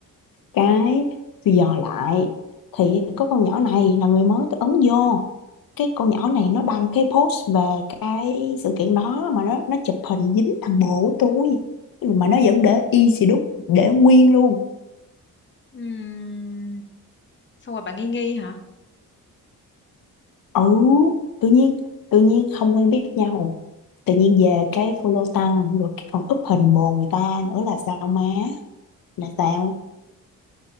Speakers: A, on the left (about 70°); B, on the left (about 30°).
A: Cái tôi dò lại thì có con nhỏ này là người mới tôi ấn vô. Cái con nhỏ này nó đăng cái post về cái sự kiện đó mà nó nó chụp hình dính thằng bồ của tôi. Mà nó vẫn để y xì đúc để nguyên luôn.
B: Ừm, xong rồi bà nghi nghi hả
A: Ừ, tự nhiên tự nhiên không quen biết nhau tự nhiên về cái follow tăng rồi cái còn up hình bồ người ta nữa là sao má là sao